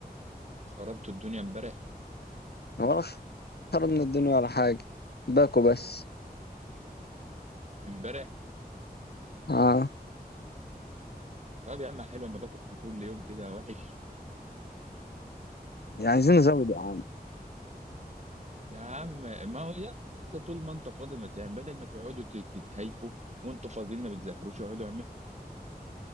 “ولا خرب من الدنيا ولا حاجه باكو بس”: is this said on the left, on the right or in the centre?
Left